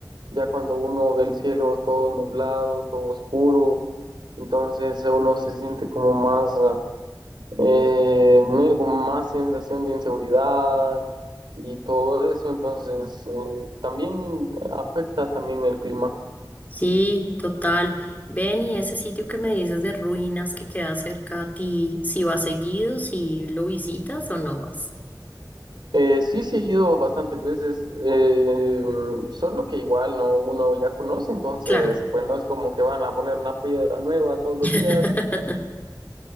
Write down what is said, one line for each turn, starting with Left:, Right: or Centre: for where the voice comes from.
Right: Ya cuando uno ve el cielo todo nublado, todo oscuro, entonces uno se siente como más, eh, me- con más sensación de inseguridad y todo eso, entonces eh, también afecta también el clima.
Left: Sí, total. Ven y ese sitio que me dices de ruinas que queda cerca a ti, si vas seguido, si lo visitas o no vas.
Right: Eh, sí, sí he ido bastantes veces, eh, solo que igual no uno ya conoce, entonces
Left: Claro,
Right: pues no es como que van a poner una piedra nueva todos los
Left: <laughs>
Right: días,